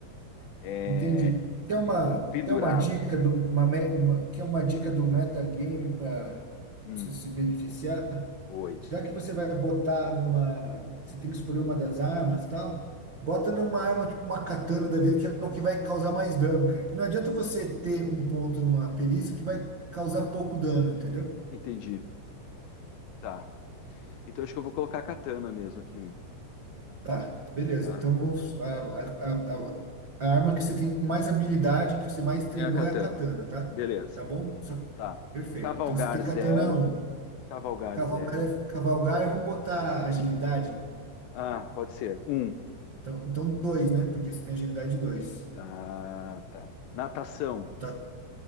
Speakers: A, on the left; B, on the right.
A: é,
B: Entendi. Quer uma,
A: É, pendurado.
B: quer uma dica do, uma, me- uma, quer uma dica do metagame para
A: Hum,
B: se, se beneficiar?
A: oi.
B: Já que você vai botar numa. Você tem que escolher uma das armas e tal, bota numa arma tipo uma katana da vida, que é o que vai causar mais dano, cara. Que não adianta você ter um ponto numa perícia que vai causar pouco dano, entendeu?
A: Entendi. Tá. Então acho que eu vou colocar a katana mesmo aqui, um,
B: Tá, beleza.
A: tá?
B: Então vamos. A, a, a, a a arma que você tem mais habilidade, que você mais treinou
A: É a katana.
B: é a katana, tá?
A: Beleza.
B: Tá bom? Só-
A: Tá.
B: Perfeito.
A: Cavalgar
B: Então você tem
A: zero.
B: katana um
A: Cavalgar
B: Cavalgar,
A: zero.
B: é- cavalgar, vamos botar agilidade.
A: Ah, pode ser. Um.
B: Então, então dois né? Porque você tem agilidade dois
A: Tá, tá. Natação.
B: Tá,